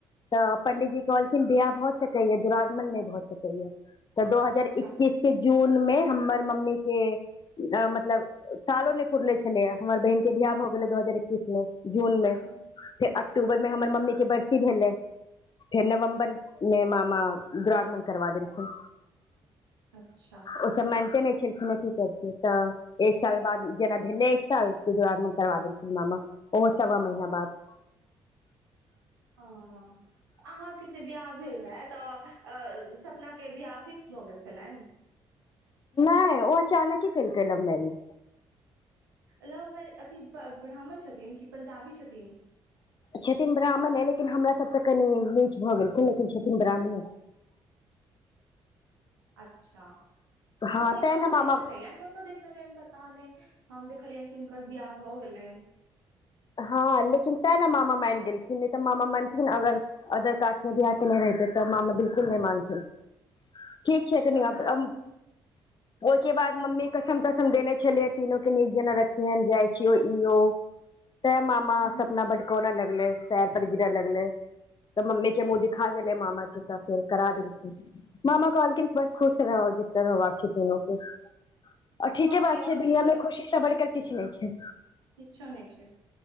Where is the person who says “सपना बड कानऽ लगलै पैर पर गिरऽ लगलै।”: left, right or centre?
Left